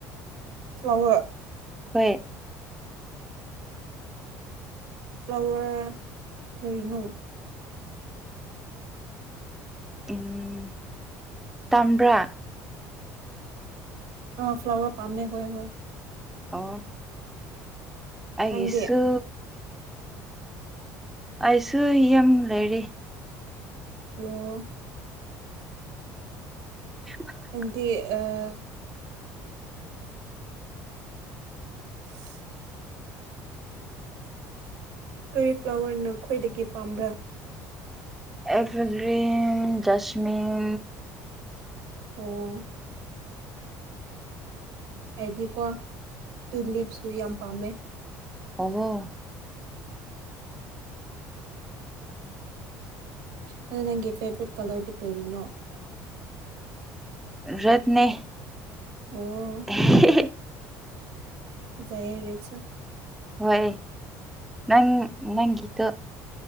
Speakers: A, on the right (about 80°); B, in the centre.
A: ꯐ꯭ꯂꯥꯋꯔ꯫
B: ꯍꯣꯏ꯫
A: ꯐ꯭ꯂꯥꯋꯔ ꯀꯔꯤꯅꯣ꯫
B: ꯎꯝ ꯇꯝꯕ꯭ꯔꯥ꯫
A: ꯑ ꯐ꯭ꯂꯥꯋꯔ ꯄꯥꯝꯃꯦ ꯍꫭꯏ ꯍꯣꯏ꯫
B: ꯑꯣ ꯑꯩꯒꯤꯁꯨ꯫
A: ꯅꯪꯗꯤ
B: ꯑꯩꯁꯨ ꯌꯥꯝ ꯂꯩꯔꯤ꯫
A: ꯑꯣ꯫
B: ꯍꯤ
A: ꯑꯗꯤ ꯑꯥ꯫ ꯫ ꯀꯣꯂꯤꯐ꯭ꯂꯥꯋꯔꯅ ꯈ꯭ꯋꫭꯏꯗꯒꯤ ꯄꯥꯝꯕ꯭ꯔꯥ꯫
B: ꯑꯦꯐꯒꯔꯤꯟ ꯖꯁꯃꯤꯟ꯫
A: ꯑꯣ ꯑꯩꯗꯤꯀꯣ ꯇꯨꯂꯤꯞ ꯄꯨ ꯌꯥꯝ ꯄꯥꯝꯃꯦ꯫
B: ꯑꯣꯍꫭ꯫
A: ꯑꯗꯨ ꯅꯪꯒꯤ ꯐꯦꯕꯣꯔꯥꯠ ꯀꯂꯔꯗꯤ ꯀꯔꯤꯅꯣ꯫
B: ꯔꯠꯅꯦ꯫
A: ꯑꯣ꯫
B: ꯫
A: ꯐꯖꯥꯌ‌ꯦ ꯔ‌ꯦꯠꯁꯨ꯫
B: ꯍꯣꯏ ꯅꯪ ꯅꯪꯒꯤꯇꯣ